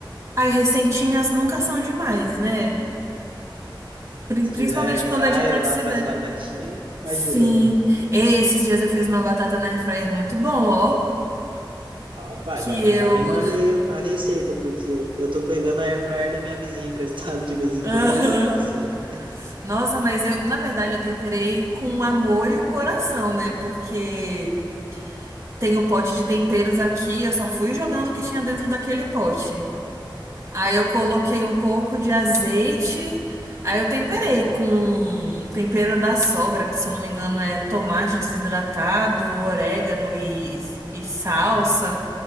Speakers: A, on the right; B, on the right.
A: as receitinhas nunca são demais, né? Pri-
B: Se
A: Principalmente
B: tiver
A: quando
B: fryer
A: é de praticidade.
B: lá para as batatinhas, ajuda,
A: Sim.
B: né?
A: E esses dias eu fiz uma batata na airfryer muito bom, ó.
B: Ah, Opa,
A: Que
B: já,
A: eu.
B: já me manda aí a receita, porque eu tô pegando a air fryer da minha vizinha emprestado de vez em
A: <laughs>
B: quando,
A: Aham.
B: já faço já.
A: Nossa, mas eu, na verdade, eu temperei com o amor e o coração, né? Porque tem o pote de temperos aqui, eu só fui jogando o que tinha dentro daquele pote. Aí eu coloquei um pouco de azeite. Aí eu temperei
B: Uhum,
A: com tempero da sogra, que se eu não me engano é tomate desidratado, orégano e, e salsa.
B: uhum,